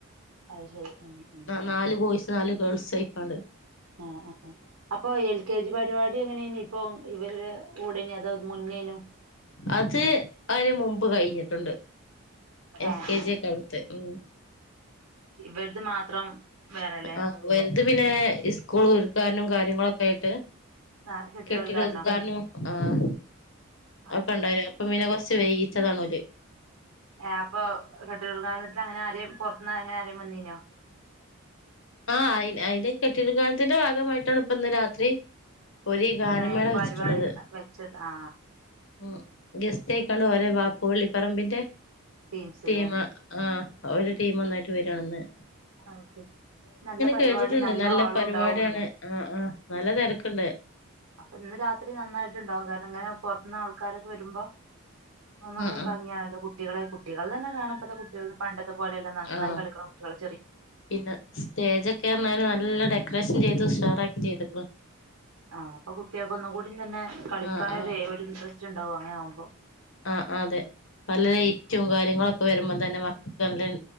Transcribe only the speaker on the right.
അത് ശെരി ഉം ഉം
ആഹ് ആഹ് ആഹ് അപ്പൊ എൽ കെ ജി പരിവാടി എങ്ങനേയ്നി ഇപ്പൊ ഇവര്ടെ കൂടെന്നെ അതോ മുന്നേയ്നു
ഏഹ്
ഇവെൽത് മാത്രം വേറെല്ലേ
ആഹ് കെട്ടിടോദ്ഘാടനോ
അത്
ശരി
ആഹ്അപ്പൊ കെട്ടിടോഉൽഘാടനത്തിന് അങ്ങനെ ആരേം പൊർത്ത്ന്ന് അങ്ങനെ ആരേം വന്നീനോ
ഏ പരിപാടി
വെച്ച ആ
ടീംസ്ല്ലേ
അത് ശരി നല്ല പരിപാടിം
നല്ലൊ
ആളും
ഇണ്ടാവും ന്ന്
ഉം
അപ്പൊ ഇന്ന് രാത്രി നന്നായിട്ട്ണ്ടാവും കാരണം ഇങ്ങനെ പൊർത്ത്ന്ന് ആൾക്കാരൊക്കെ വെരുമ്പൊ ഒന്നുകൂടി
ഭംഗിയാണല്ലോ കുട്ടികള് കുട്ടികൾതന്നെ കാണാൻ പ്പത്തെ കുട്ടികൾത് പണ്ട ത്തെപോലെ അല്ല നന്നായി
കളിക്ക്ണ കുട്ടികള്
ആഹ് അപ്പ കുട്ട്യാക്ക് ഒന്നും കൂടി തന്നെ കളിക്കാനൊരെയ്
ഒരു ഇൻട്രസ്റ്റ് ഇണ്ടാവും അങ്ങനെ ആവുമ്പൊ